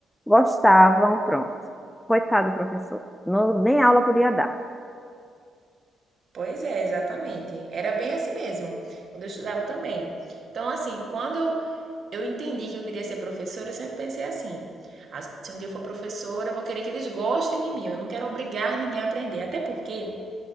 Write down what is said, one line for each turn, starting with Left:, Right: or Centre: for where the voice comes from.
Centre: gostavam, pronto. Coitado do professor, não, nem aula podia dar.
Right: Pois é, exatamente. Era bem assim mesmo, quando eu estudava também. Então, assim, quando eu, eu entendi que eu queria ser professora, eu sempre pensei assim: ah, se um dia eu for professora, eu vou querer que eles gostem de mim. Eu não quero obrigar ninguém a aprender. Até porque